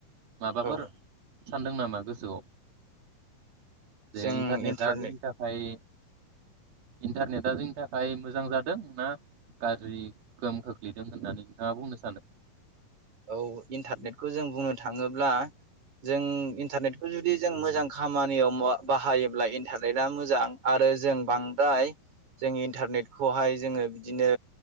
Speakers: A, on the right (about 85°); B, on the right (about 55°).
A: माबफोर
B: औ
A: सानदों नामा गोसोआव
B: जों
A: जे इन्टारनेटा
B: इन्टारनेट
A: जोंनि थाखाय इन्टारनेटा जोंनि थाखाय मोजां जादों ना गाज्रि गोहोम खोख्लैदों होननानै नोंथाङा बुंनो सानो
B: औ इन्टारनेटखौ जों बुंनो थाङोब्ला जों इन्टारनेटखौ जुदि जों मोजां खामानियाव बाहायोब्ला इन्टारनेटआ मोजां आरो जों बांद्राय जों इन्टारनेटखौहाय जोङो बिदिनो